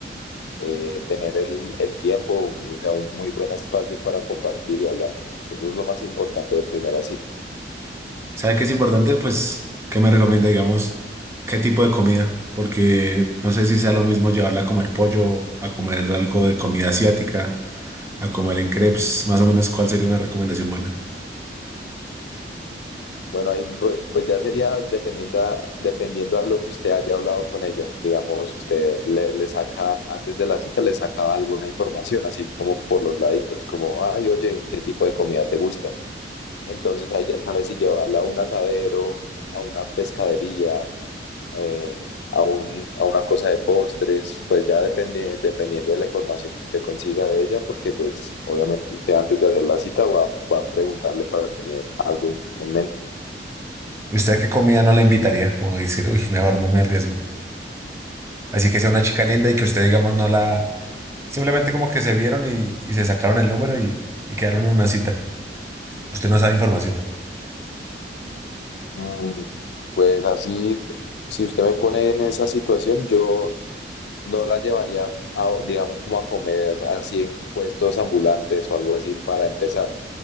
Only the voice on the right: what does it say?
¿Sabe qué es importante? Pues, ¿qué me recomienda, digamos, qué tipo de comida? Porque no sé si sea lo mismo llevarla a comer pollo, a comer algo de comida asiática, a comer en crepes, más o menos, ¿cuál sería una recomendación buena?
¿Y usted a qué comida no la invitaría? Como decir, uy, mejor no me arriesgo. Así que sea una chica linda y que usted, digamos, no la... Simplemente como que se vieron y, y se sacaron el número y, y quedaron en una cita. Usted no sabe información.